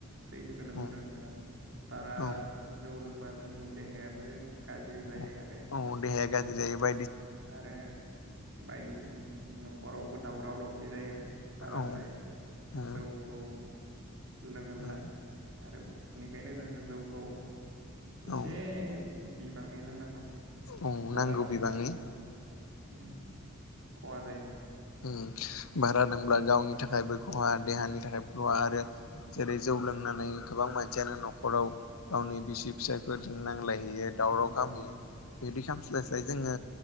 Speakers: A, on the right (about 60°); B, on the left (about 80°).
A: सैथोखोनो बुंदों
B: औ
A: नोंथाङा बारा
B: औ
A: जौ लोंबा जोंनि देहायाबो गाज्रि जायो
B: औ
A: आरो
B: औ देहाया गाज्रि जायो एबा
A: आरो बायदि ओम न'खरावबो दावराव दावसि जायो। बाराद्राय
B: औ औ
A: जौखौ लोङोब्ला
B: औ
A: आरो बेनिखायनो जोङो जौखौ एसे
B: औ
A: बिबांनि लोंनांगौ
B: औ
A: बारा
B: नांगौ
A: लोंबा
B: बिबांनि
A: उम खहा जायो।
B: उम बारा लोंब्ला गावनि थाखायबो खहा देहानि थाखाय खहा आरो
A: उम
B: जेरै जौ लोंनानै गोबां मानसियानो न'खराव गावनि बिसि फिसायफोर जों नांलायहैयो दावराव
A: नंगौ नोंथां
B: खालामहैयो बिदि स्लायस्लाय जोङो